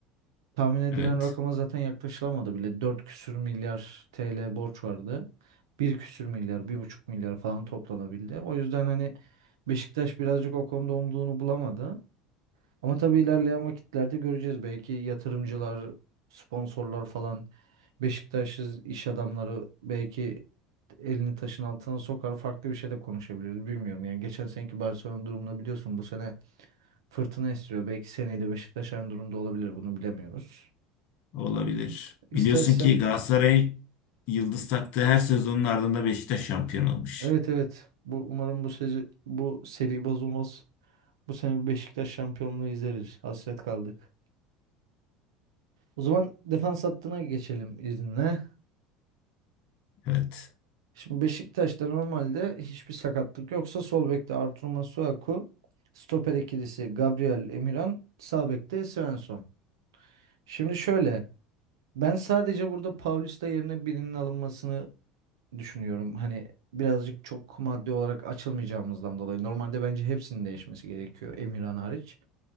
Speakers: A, on the right (about 85°); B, on the left (about 65°).
A: Tahmin edilen
B: Evet,
A: rakama zaten yaklaşılamadı bile. 4 küsür milyar TL borç vardı. 1 küsür milyar, 1,5 milyar falan toplanabildi. O yüzden hani Beşiktaş birazcık o konuda umduğunu bulamadı. Ama tabii ilerleyen vakitlerde göreceğiz. Belki yatırımcılar, sponsorlar falan Beşiktaş'ız iş adamları belki elini taşın altına sokar. Farklı bir şey de konuşabiliriz. Bilmiyorum. Yani geçen seneki Barcelona durumunu biliyorsun. Bu sene fırtına istiyor. Belki seneye de Beşiktaş aynı durumda olabilir. Bunu bilemiyoruz.
B: olabilir.
A: İstersen
B: Biliyorsun ki Galatasaray yıldız taktığı her sezonun ardında Beşiktaş şampiyon olmuş.
A: evet evet. Bu umarım bu sezi, bu seri bozulmaz. Bu sene Beşiktaş şampiyonluğu izleriz. Hasret kaldık. O zaman defans hattına geçelim izinle.
B: Evet.
A: Şimdi Beşiktaş'ta normalde hiçbir sakatlık yoksa sol bekte Artur Masuaku, stoper ikilisi Gabriel Emirhan, sağ bekte Svensson. Şimdi şöyle ben sadece burada Paulista yerine birinin alınmasını düşünüyorum. Hani birazcık çok maddi olarak açılmayacağımızdan dolayı. Normalde bence hepsinin değişmesi gerekiyor Emirhan hariç.